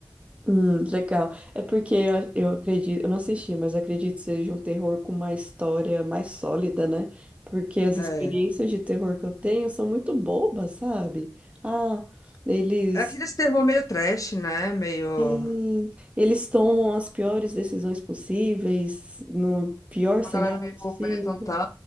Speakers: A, on the right; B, on the left.
A: Hum, legal. É porque eu, eu acredito, eu não assisti, mas acredito que seja um terror com uma história mais sólida, né? Porque as experiências
B: É.
A: de terror que eu tenho são muito bobas, sabe? Ah, eles,
B: É aquele terror meio trash, né? Meio.
A: sim, eles tomam as piores decisões possíveis, no pior cenário
B: Uma galera meio,
A: possível.
B: meio tantã.